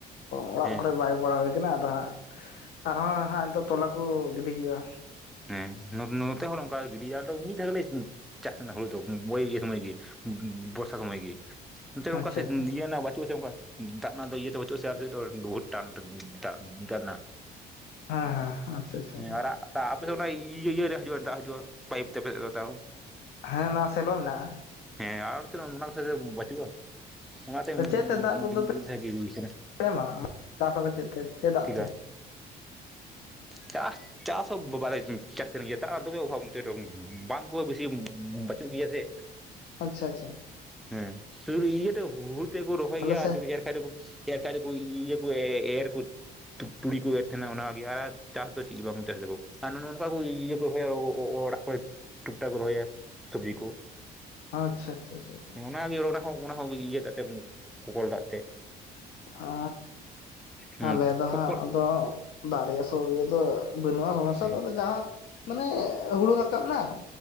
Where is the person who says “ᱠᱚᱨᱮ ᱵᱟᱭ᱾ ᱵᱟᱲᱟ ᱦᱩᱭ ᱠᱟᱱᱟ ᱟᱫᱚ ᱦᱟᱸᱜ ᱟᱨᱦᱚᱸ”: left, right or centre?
Left